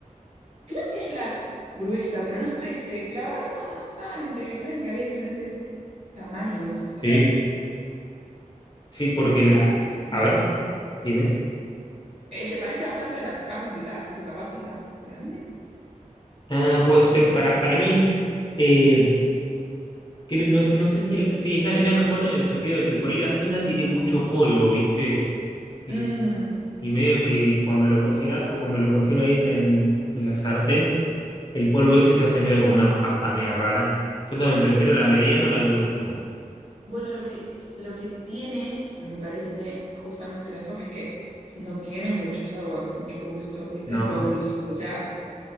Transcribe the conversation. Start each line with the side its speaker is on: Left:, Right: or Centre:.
Right: creo que es la gruesa, pero no estoy... se- La verdad que no, no está interiorizada en que había diferentes tamaños. O
Left: Sí,
Right: sea,
Left: sí, porque
Right: creo
Left: la...
Right: que... es bastante-
Left: A ver, dime.
Right: eh, se parece bastante a la carne picada, así que capaz es la grande.
Left: Ah, puede ser, para, para mí es... eh, creo- no, no sé si... la- sí, es la, es la mejor en el sentido de que por ahí la fina tiene mucho polvo, ¿viste? Y,
Right: Mm.
Left: y medio que cuando lo cocinas o cuando lo cocino ahí en, en- en la sartén, el polvo ese se hace medio como una pasta media rara. Yo también prefiero la mediana o la gruesa.
Right: Bueno, lo que, lo que tiene, me parece, justamente la soja es que no tiene mucho sabor, mucho gusto, ¿viste?
Left: ¿No?
Right: Sol, o sea,